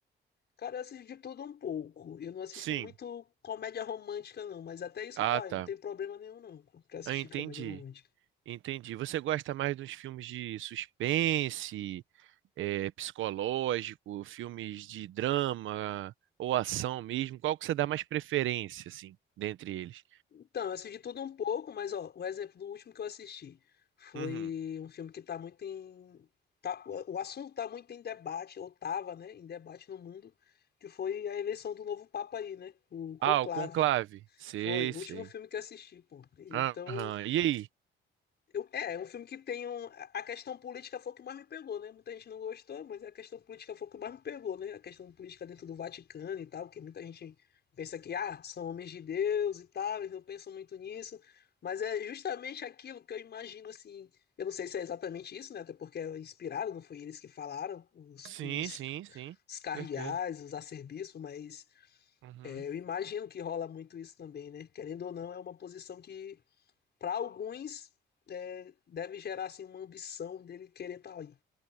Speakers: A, on the left; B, on the right.
A: Cara, eu assisto de tudo um pouco. Eu não assisto
B: Sim.
A: muito comédia romântica, não, mas até isso
B: Ah,
A: vai,
B: tá.
A: não tem problema nenhum, não, pra assistir
B: Ah, entendi.
A: comédia romântica.
B: Entendi. Você gosta mais dos filmes de suspense? é, psicológico, filmes de drama ou ação mesmo? Qual que você dá mais preferência, assim, dentre eles?
A: Então, eu assisti tudo um pouco, mas ó, o exemplo do último que eu assisti foi
B: Uhum.
A: um filme que tá muito em. tá- o o assunto tá muito em debate, ou tava, né? Em debate no mundo, que foi a eleição do novo Papa aí, né? O Conclave.
B: Ah, o Conclave. Sei,
A: Foi o
B: sei.
A: último filme que eu assisti, pô. Então,
B: Aham. E aí?
A: eu- é, é um filme que tem um. A questão política foi o que mais me pegou, né? Muita gente não gostou, mas a questão política foi o que mais me pegou, né? A questão política dentro do Vaticano e tal, que muita gente pensa que, ah, são homens de Deus e tal, eles não pensam muito nisso. Mas é justamente aquilo que eu imagino, assim. Eu não sei se é exatamente isso, né? Até porque é inspirado, não foi eles que falaram, os,
B: Sim,
A: os,
B: sim, sim.
A: os cardeais,
B: Com certeza.
A: os arcebispos, mas
B: Uhum.
A: é, eu imagino que rola muito isso também, né? Querendo ou não, é uma posição que para alguns é, deve gerar assim uma ambição dele querer estar tá ali.